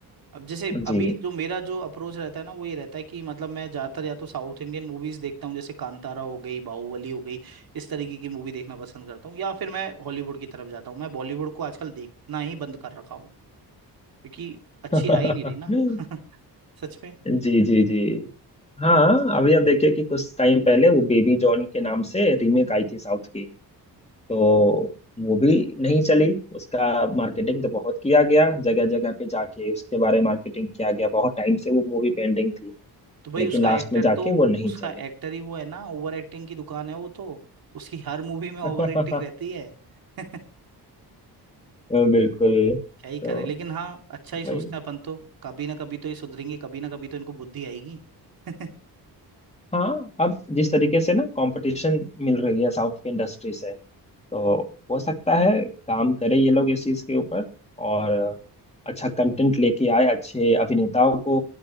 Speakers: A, on the right; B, on the left.
A: अब जैसे अभी
B: जी
A: जो मेरा जो अप्रोच रहता है ना वो ये रहता है कि मतलब मैं ज्यादातर या तो साउथ इंडियन मूवीज देखता हूँ जैसे कांतारा हो गई बाहुबली हो गई इस तरीके की मूवी देखना पसंद करता हूँ या फिर मैं हॉलीवुड की तरफ जाता हूँ मैं बॉलीवुड को आजकल देखना ही बंद कर रखा हूँ क्योंकि अच्छी
B: <laughs>
A: आ ही नहीं रही ना <laughs> सच में
B: जी जी जी हाँ अभी आप देखिए कि कुछ टाइम पहले वो बेबी जॉन के नाम से रीमेक आई थी साउथ की तो वो भी नहीं चली उसका मार्केटिंग तो बहुत किया गया जगह जगह पे जाके उसके बारे में मार्केटिंग किया गया बहुत टाइम से वो मूवी पेंडिंग थी
A: तो भाई
B: लेकिन
A: उसका
B: लास्ट
A: एक्टर
B: में जाके
A: तो
B: वो नहीं
A: उसका
B: चले
A: एक्टर ही वो है ना ओवर एक्टिंग की दुकान है वो तो उसकी हर मूवी में ओवर
B: <laughs>
A: एक्टिंग रहती है <laughs>
B: बिल्कुल
A: क्या ही करे
B: तो
A: लेकिन हाँ अच्छा ही सोचते
B: वही
A: हैं अपन तो कभी ना कभी तो ये सुधरेंगे कभी ना कभी तो इनको बुद्धि आएगी <laughs>
B: हाँ अब जिस तरीके से ना कंपटीशन मिल रही है साउथ की इंडस्ट्री से तो हो सकता है काम करे ये लोग इस चीज के ऊपर और अच्छा कंटेंट लेके आए अच्छे अभिनेताओं को